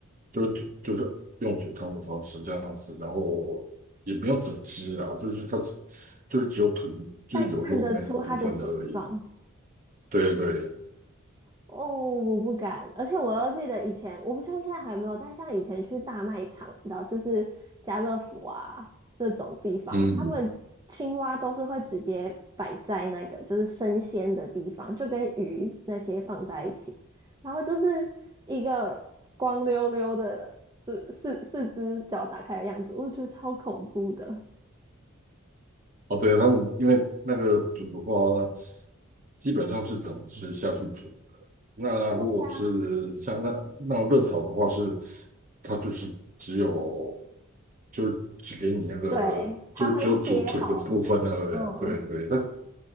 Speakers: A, on the right; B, on the right.
A: 就是嘴就是用嘴汤的方式这样子，然后也没有整只啊，就是它就是只有腿就有肉那个部分的而已。
B: 但看得出它的形状。
A: 对对，
B: 哦，我不敢，而且我又记得以前，我不确定现在还有没有，但像以前去大卖场，你知道就是家乐福啊这种地方，
A: 嗯，
B: 他们青蛙都是会直接摆在那个就是生鲜的地方，就跟鱼那些放在一起，然后就是一个光溜溜的，就四四只脚打开的样子，我觉得超恐怖的。
A: 哦对，他们因为那个煮的话，基本上是整只下去煮。那如果是像那那种热炒的话是，
B: 对啊，
A: 它就是只有就是只给你那个，
B: 对，它会切好，
A: 就是只有煮腿的部分那个人，
B: 嗯，
A: 对对，它